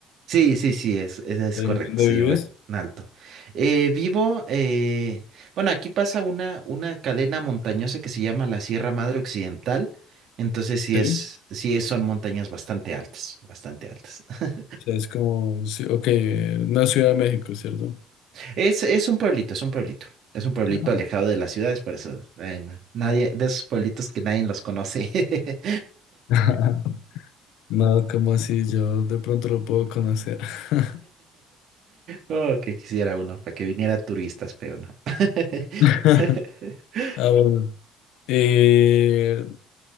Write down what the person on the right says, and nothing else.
Sí, sí, sí, es, es, es
correcto,
sí,
bueno, en alto. Eh, vivo, eh, bueno, aquí pasa una, una cadena montañosa que se llama la Sierra Madre Occidental, entonces sí
es, sí es- son montañas bastante altas, bastante altas. <laughs>
Es, es un pueblito, es un pueblito, es un pueblito
alejado de las ciudades, por eso, eh, na- nadie, de esos pueblitos que nadie los conoce. <laughs>
Oh, que quisiera uno, para que viniera turistas, pero no. <laughs>